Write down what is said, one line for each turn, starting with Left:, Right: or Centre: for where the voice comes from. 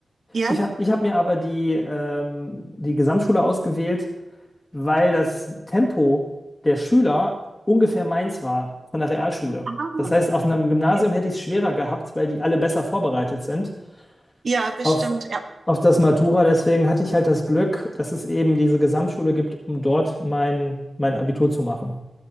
Right: ja.
Left: Ich habe ich hab mir aber die, ähm, die Gesamtschule ausgewählt, weil das Tempo der Schüler ungefähr meins war von der Realschule.
Right: Aha,
Left: Das heißt, auf einem Gymnasium
Right: okay.
Left: hätte ich es schwerer gehabt, weil die alle besser vorbereitet sind
Right: Ja, bestimmt,
Left: auf,
Right: ja.
Left: auf das Matura. Deswegen hatte ich halt das Glück, dass es eben diese Gesamtschule gibt, um dort mein, mein Abitur zu machen.